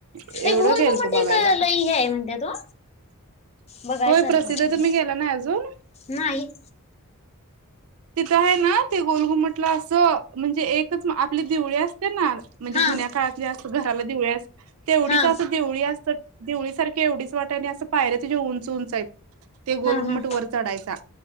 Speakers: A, on the right (about 70°); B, on the left (about 30°).
A: एवढं
B: ते गोलगुमट
A: गेलतो बघायला
B: लई हे हाय म्हणत्यात ओ. बघायसारखं
A: होय प्रसिद्ध आहे. तुम्ही गेला नाही अजून?
B: नाही.
A: तिथ आहे ना ते गोलघुमटला असं म्हणजे एक. तेच मग आपली दिवळी असत्या ना म्हणजे
B: हा
A: जुन्या काळातल्या असं घराला दिवळी असत्या तेवढीच
B: हा
A: असं देवळी असत्या देवळीसारखी एवढीच वाट आहे आणि असं पायऱ्या उंच उंच हायत ते गोलघुमट
B: हा हा
A: वर चढायचा.